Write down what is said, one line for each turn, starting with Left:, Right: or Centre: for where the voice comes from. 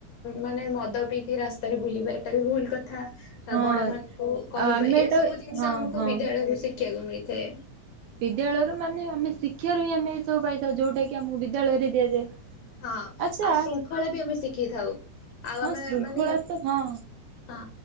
Left: ମାନେ ମଦ ପିକି ରାସ୍ତାରେ ବୁଲିବା ଏଟା ବି ଭୁଲ କଥା
Right: ହଁ
Left: ବଡ ମାନଙ୍କୁ କହିବା
Right: ଆମେ
Left: ଏସବୁ
Right: ତ
Left: ଜିନିଷ
Right: ହଁ
Left: ଆମ
Right: ହଁ
Left: ରୁ ଶିଖିଆକୁ ମିଳିଥାଏ।
Right: ବିଦ୍ୟାଳୟରୁ ମାନେ ଆମେ ଶିକ୍ଷାରୁ ହିଁ ଆମେ ଏ ସବୁ ପାଇଥାଉ ଯଉଟା କି ଆମକୁ ବିଦ୍ୟାଳୟରେ ଦିଆଯାଏ।
Left: ହଁ
Right: ଆଚ୍ଛା
Left: ଆଉ ଶୃଙ୍ଖଳା ବି ଆମେ ଶିଖିଥାଉ ଆଉ
Right: ହଁ
Left: ଆମେ
Right: ଶୃଙ୍ଖଳା
Left: ମାନେ ହ
Right: ତ ହଁ
Left: ହଁ